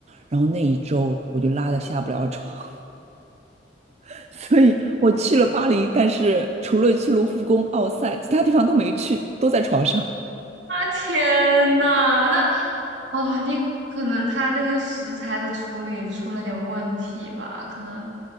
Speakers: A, on the right; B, on the right.
A: 然后那一周我就拉的下不了床，<laughs> 所以我去了巴黎，但是除了去卢浮宫、奥赛，其他地方都没去，都在床上。
B: 啊，天呐，那哦，你可能他那个食材的处理出了点问题吧，可能